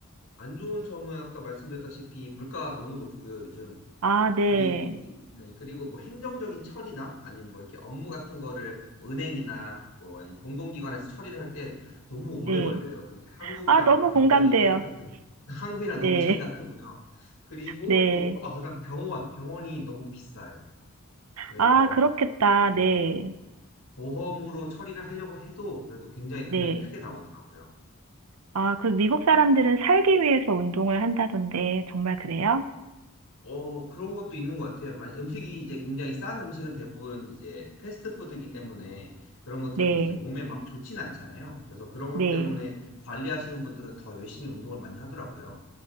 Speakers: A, on the left; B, on the right.
A: 안 좋은 점은 아까 말씀드렸다시피 물가가 너무 높고요 요즘
B: 아, 네.
A: 그리고 네 그리고 뭐 행정적인 처리나 아니면 뭐 이렇게 업무 같은 거를 뭐 은행이나 뭐 아니면 공공기관에서 처리를 할 땐 너무 오래
B: 네.
A: 걸려요. 그게 한국이랑
B: 아, 너무
A: 굉장히
B: 공감돼요.
A: 차이가 큰 <laughs> 한국이랑
B: 네.
A: 너무 차이가 크고요. 그리고
B: 네.
A: 또 아, 그다음 병원 병원이 너무 비싸요. 그래서
B: 아, 그렇겠다.
A: 네.
B: 네.
A: 보험으로 처리를 하려고 해도 그래도 굉장히 금액이
B: 네.
A: 크게 나오더라고요.
B: 아, 그 미국 사람들은 살기 위해서 운동을 한다던데, 정말 그래요?
A: 어, 그런 것도 있는 것 같아요. 만 음식이 이제 굉장히 싼 음식은 대부분 이제 패스트푸드이기 때문에 그런 것들이
B: 네.
A: 이제 몸에 막 좋진 않잖아요. 그래서 그런 것
B: 네.
A: 때문에 관리하시는 분들은 더 열심히 운동을 많이 하더라고요.